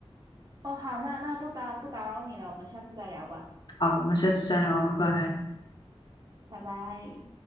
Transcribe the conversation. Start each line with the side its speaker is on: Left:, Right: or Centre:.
Right: 哦，好，那那不打不打扰你了，我们下次再聊吧，
Left: 好，我们下次再聊，拜拜。
Right: 拜拜。